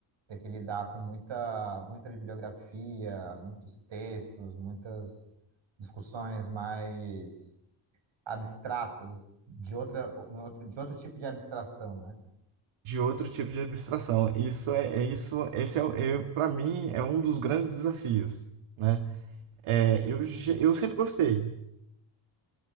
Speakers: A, on the right; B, on the right.
A: Ter que lidar com muita muita bibliografia, muitos textos, muitas discussões mais abstratas, de outra, um outro, de outro tipo de abstração, né?
B: de outro tipo de abstração. Isso é, é isso, esse é, o- é para mim é um dos grandes desafios, né? É, eu, ge- eu sempre gostei